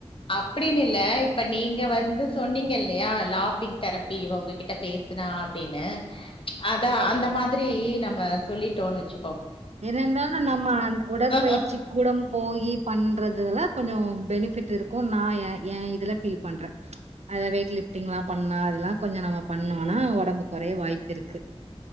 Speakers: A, on the left; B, on the right.
A: அப்டின்னு இல்ல இப்ப நீங்க வந்து சொன்னீங்க இல்லையா லாஃபிங் தெரப்பி உங்ககிட்ட பேசுனா அப்டின்னு அதா அந்த மாதிரி நம் ம சொல்லிட்டோன் வச்சு
B: என்ன இருந்தாலு நம்ம உடற்பயிற்சி
A: ஆ
B: கூடம் போயி பண்றதுலா கொஞ்ச பெனிஃபிட் இருக்கு நா ஏ எ இதுல ஃபீல் பண்ற அத வெயிட் லிஃப்டிங்லா பண்ணா அதெல்லா கொஞ்ச நம்ம பண்ணோனா ஒடம்பு கொறைய வாய்ப்பிருக்கு